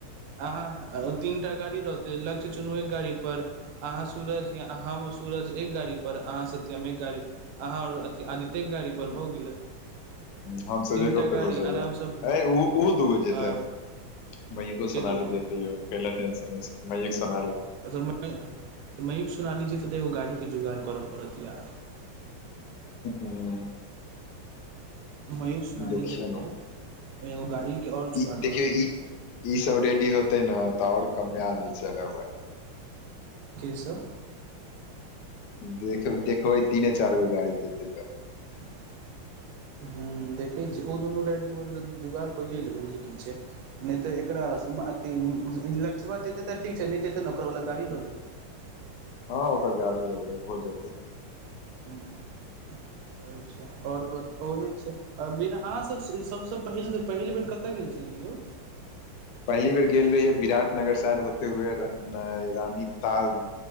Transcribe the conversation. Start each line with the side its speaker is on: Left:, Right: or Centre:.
Right: अह ओ तीन टा गाड़ी रहौते लक्ष्य चुनए गाड़ी पर अहाँ सूरज य अहाँ सूरज एक गाड़ी पर अहाँ सत्यमे एक गाड़ी अहाँ आर आदिते एक गाड़ी पर
Left: ह
Right: भ गेलै
Left: ह हमस
Right: तीन
Left: एकगोप
Right: टा
Left: पे
Right: गाड़ी
Left: हो जेबै
Right: आरामसँ
Left: अ ओहो दूगो जेतै
Right: हँ
Left: म को
Right: के
Left: सनाी
Right: दूगो
Left: देती ह ओ क ले तस छै मै सोनाी
Right: म सुना ली छ तऽ तऽ एगो गाड़ीके जोगाड़ करऽ पड़त यार
Left: हूँ
Right: मयूख सुनाली
Left: देखियौ
Right: जेते
Left: ने
Right: एगो गाड़ी के और जोगा
Left: ई देखियौ
Right: करऽ पड़त
Left: ई ई सब रेडी होते ने तऽ आओर कमे आदमी चलेबै
Right: के सब
Left: देख देखबै तीने चारि गो गाड़ी जेतै तऽ
Right: <inaudible> ह देखै छी ओ दुनू राइडी जुगाड़ कैए लेबै की छै नहि तऽ एकरा अथ लक्षबा जेतै तऽ ठीक छै नहि जेतै ने ओकरा वाल गाड़ी लऽ लेबै
Left: हँ ओकर गाड़ी हो जेतै
Right: ह अछ आओर ब ओहे छै अहाँ सब सबसँ पहिल पहिल बेर कतय गेल छलियै यौ
Left: पही बेर गेल रहि है विराट नगर साायड होे हुए रानी ताल